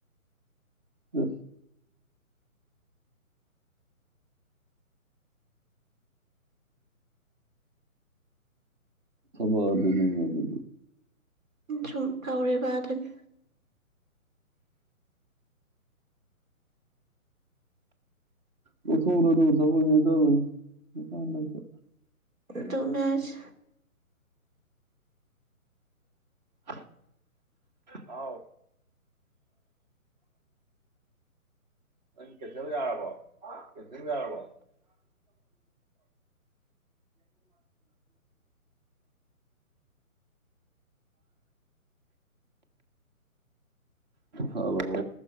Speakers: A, on the right (about 30°); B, on the right (about 65°).
A: ꯎ ꯊꯕ ꯑꯗꯨꯅꯦ ꯑꯗꯨ
B: ꯁꯨꯝ ꯇꯧꯔꯤꯕ ꯑꯗꯨꯅꯤ
A: ꯑꯣꯊꯔ ꯑꯗꯨ ꯊꯕ ꯆ
B: ꯗꯅꯔ
A: ꯍ ꯍꯥꯎ ꯅ ꯀꯩꯊꯦꯜ ꯌꯥꯔꯕꯣ ꯌꯥꯔꯕꯣ ꯍꯜꯂꯣ